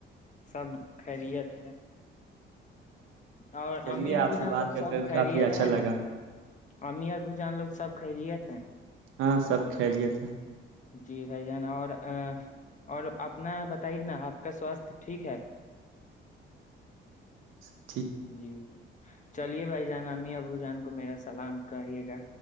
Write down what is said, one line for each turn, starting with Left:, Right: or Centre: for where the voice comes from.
Left: سب خیریت ہے اور
Right: چلیے
Left: ام ا
Right: آپ
Left: بو
Right: سے
Left: جان
Right: بات
Left: لوگ
Right: کر
Left: سب
Right: کر
Left: خرییت
Right: کافی اچھا
Left: ہے
Right: لگا
Left: نا ام ابو جان لوگ سب خیریت ہیں
Right: ہاں سب خیریت ہے
Left: جی بھائی جان اور اور اپنا بتائیے نا آپ کا سواستھ ٹھیک ہے
Right: ج
Left: جی چلیے بھائی جانامی اب ابو جان کو میرا سلام کہیے گا